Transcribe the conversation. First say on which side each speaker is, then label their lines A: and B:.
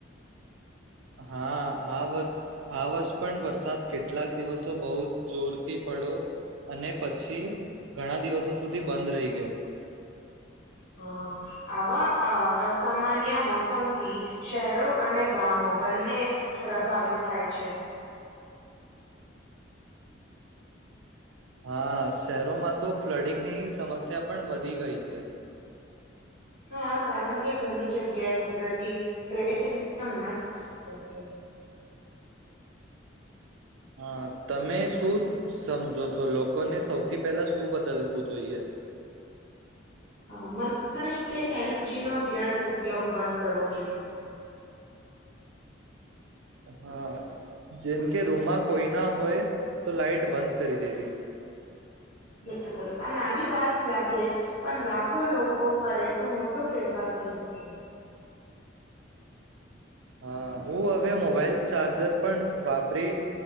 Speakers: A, on the right; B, on the left.
A: હા, આ વર્ષ આ વર્ષ પણ વરસાદ કેટલાક દિવસ તો બહુ જોરથી પડો અને પછી ઘણા દિવસો સુધી બંધ રહી ગયો.
B: હા, આવા અહ અસામાન્ય મોસમથી શહેરો અને ગામો બંને પ્રભાવિત થાય છે.
A: હા, શહેરોમાં તો ફ્લડિંગની સમસ્યા પણ વધી ગઈ છે.
B: હા, કારણ કે ઘણી જગ્યાએ કુદરતી ડ્રેનેજ સમ ના <inaudible>
A: હા, તમે શું સમજો છો લોકોને સૌથી પહેલા શું બદલવું જોઈએ?
B: અહ મને લાગે છે કે એનર્જીનો વ્યર્થ ઉપયોગ બંધ કરવો જોઈએ.
A: હા જેમ. કે રૂમમાં કોઈ ના હોય તો લાાઈટ બંધ કરી દેવી.
B: બિલકુલ આ નાની વાત લાગે પણ લાખો લોકો કરે તો મોટો ફેરફાર થઈ શકે.
A: હા હું હવે મોબાઈલ ચાર્જર પણ વાપરી